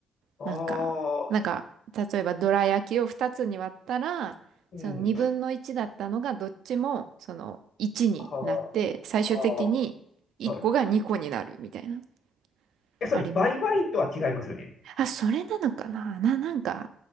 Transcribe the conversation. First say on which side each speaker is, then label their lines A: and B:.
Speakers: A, on the left; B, on the right.
A: ー、
B: なんか、なんか、例えばドラ焼きを2つに割ったら、
A: うん。
B: その2分の1だったのがどっちもその1になって、
A: は
B: 最終的に1個が2個になるみたいな。
A: あ、あーはい。え、それ、
B: あります
A: 売買とは違いますよね。
B: あ、それなのかなな、なんか、